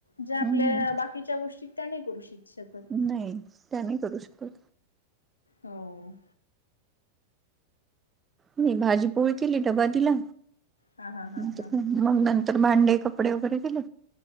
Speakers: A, on the left (about 75°); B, on the right (about 20°).
A: ज्या आपल्या
B: हम्म
A: बाकीच्या गोष्टीत त्या, नाही करू शिक शक
B: नाही. त्या नाही करू शकत.
A: हो.
B: मी भाजी- पोळी केली. डबा दिला.
A: हा हा हा
B: आता
A: हा
B: <unintelligible> मग नंतर भांडे, कपडे वगैरे केलं.